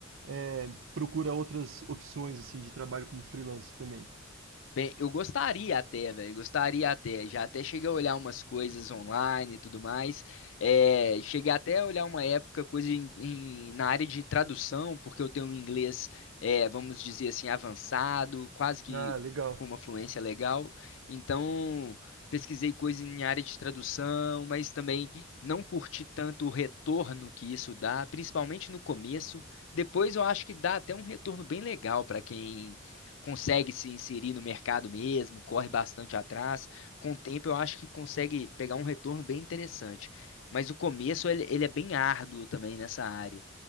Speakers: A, on the right; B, on the left.
A: é, procura outras opções assim de trabalho como freelance também?
B: Bem, eu gostaria até, velho, gostaria até. Já até cheguei a olhar umas coisas online e tudo mais. É, cheguei até a olhar uma época coisa em- em- na área de tradução, porque eu tenho um inglês, é, vamos dizer assim, avançado, quase que
A: Ah, legal.
B: com uma fluência legal. Então, pesquisei coisa em área de tradução, mas também não curti tanto o retorno que isso dá, principalmente no começo. Depois eu acho que dá até um retorno bem legal para quem consegue se inserir no mercado mesmo, corre bastante atrás. Com o tempo, eu acho que consegue pegar um retorno bem interessante. Mas o começo, ele, ele é bem árduo também nessa área.